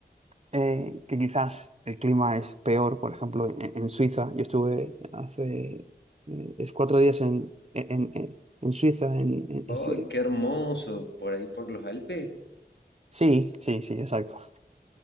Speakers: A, on the right; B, on the left.
A: eh, que quizás el clima es peor, por ejemplo, en, en Suiza, yo estuve hace eh, es cuatro días en, en, en- en Suiza, en, en,
B: ¡Ay,
A: en Zurich.
B: qué hermoso! Por ahí por los Alpes,
A: Sí, sí, sí, exacto.